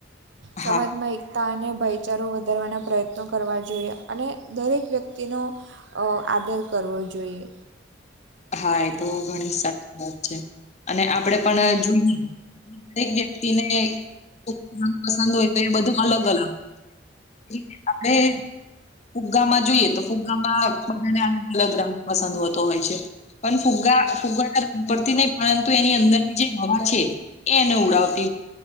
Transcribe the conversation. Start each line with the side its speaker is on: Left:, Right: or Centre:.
Right: સમાજમાં
Left: હા
Right: એક અને ભાઈચારો વધારવાના પ્રયત્નો કરવા જોઈએ અને દરેક વ્યક્તિનો. અ આદર કરવો જોઈએ.
Left: હા એ તો, ઘણી સાચી વાત છે. અને આપણેે પણ જોઈએ. દરેક વ્યક્તિ ને <unintelligible> પસંદ હોય તો એ બધું અલગ અલગ. <unintelligible> આપડે. ફુગ્ગામાં જોઈએ, તો ફુગ્ગામાં બધાને અલગ અલગ રંગ પસંદ હોતો હોય છે. પણ ફુગા ફુગા પરથી નહી, પરંતુ એની અંદરની જે હવા છે. એ એને ઉડાવતીય.